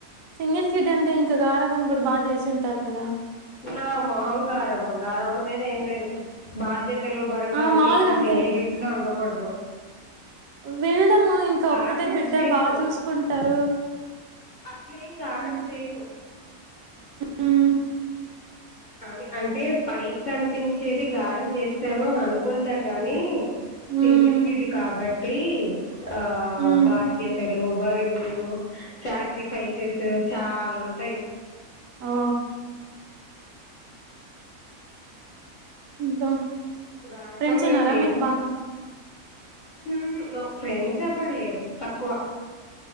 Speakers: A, on the right; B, on the left.
A: సింగిల్ కిడ్ అంటే ఇంకా గారాభం కూడా బాగా చేసింటారు కదా
B: నా మొహం గారభం గారాబం లేద్ ఏం లేదు బాధ్యత తెలువు బరువులు
A: ఆ
B: అన్నీ
A: మాములుగా
B: ఎక్కువ
A: అంటే
B: సింగిల్ కిట్స్ కె ఉండకూడదు
A: వినడము ఇంకా
B: గారమేం
A: ఒక్కటే బిడ్డ
B: చేయరు
A: బా చూసుకుంటారు
B: అట్లేం గారం
A: హ్మ్
B: చేయరు
A: హ్మ్
B: కానీ అంటే పైకి కనిపించేది గారం చేస్తారు అని అనుకుంటారు గానీ
A: హ్మ్
B: సింగిల్ గిడ్ కాబట్టి ఆ
A: హ్మ్
B: బాధ్యతలు బరువులు సాక్రిఫైసెస్ చాలా ఉంటాయి
A: ఆ ఇంకా
B: గారబం
A: ఫ్రెండ్స్
B: ఏం
A: ఉన్నారా
B: లేదు
A: మీకు బాగా
B: ఊహు నో ఫ్రెండ్స్ ఎవ్వరు లేరు తక్కువ